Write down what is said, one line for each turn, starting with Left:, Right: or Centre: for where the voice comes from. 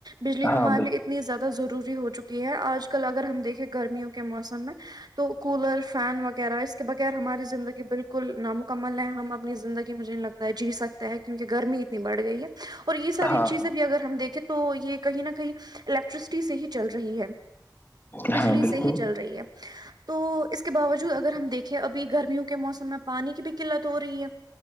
Right: بجلی
Left: ہاں
Right: ہمارے
Left: بالکل
Right: لیے اتنی زیادہ ضروری ہو چکی ہے آج آج کل اگر ہم دیکھے گرمیوں کے موسم میں تو کولر فین وغیرہ اس بغیر ہماری زندگی بالکل نامکمل ہے ہم اپنی زندگی مجھے نہیں لگتا ہے جی سک تو ہیک کیونکہ گمیتنی بڑ گیت اور یہ ساری
Left: ہاں
Right: چیزیں بھی اگر ہم دیکھیں تو یہ کہیں نہ کہیں الیکٹرسٹی سے ہی چل رہی ہے
Left: ہاں
Right: بجلی
Left: بالکل
Right: سے ہی چل رہی ہے تو اس کے باوجود اگر ہم دیکھیں ابھی گرمیوں کے موسم میں پانی کی بھی قلت ہو رہی ہے